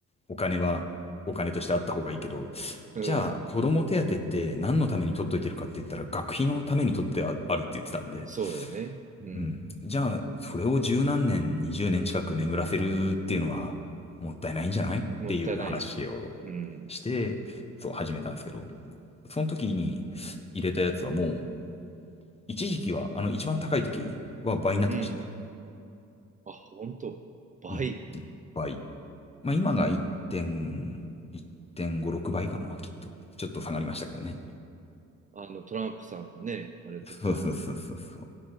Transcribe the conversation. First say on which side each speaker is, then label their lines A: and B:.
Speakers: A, on the left (about 20°); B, on the right (about 25°).
A: お金は、お金としてあった方がいいけど、
B: うん。
A: じゃあ、子供手当って何のために取っといてるかって言ったら、学費のために取ってああるって言ってたんで、
B: そうだよね。うん。
A: うん。じゃあ、それを十何年、二十年近く眠らせるっていうのはもったいないんじゃないっていう話をして、
B: もったいないよね。うん。
A: そう始めたんですけど、その時に入れたやつはもう、一時期は、あの一番高い時は倍になってましたね。
B: うん。あ、ほんと。倍。
A: うん、倍。まあ今が 1.、1.5、6倍かな、きっと。ちょっと下がりましたからね。
B: あの、トランプさんのね、あれとか。
A: そうそうそうそうそう。